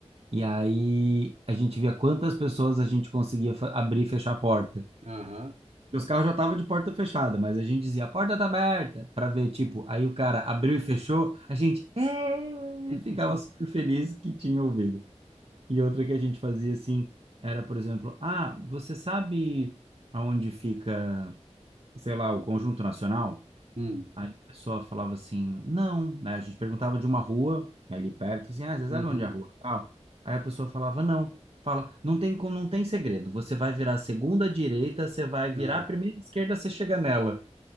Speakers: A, on the right; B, on the right.
A: E aí a gente via quantas pessoas a gente conseguia fa- abrir e fechar a porta.
B: aham.
A: E os carros já estavam de porta fechada, mas a gente dizia, a porta tá aberta, para ver, tipo, aí o cara abriu e fechou, a gente "É!"
B: <laughs>
A: ficava super feliz que tinha ouvido. E outra que a gente fazia assim, era, por exemplo, ah, você sabe aonde fica, sei lá, o Conjunto Nacional?
B: Hum,
A: Aí a pessoa falava assim, não, né? A gente perguntava de uma rua ali perto, assim, ah, você
B: uhum,
A: sabe onde é a rua? Tal. Aí a pessoa falava, não. Fala, não tem, como- não tem segredo. Você vai virar a segunda direita, você vai virar
B: ah.
A: a primeira esquerda, você chega nela.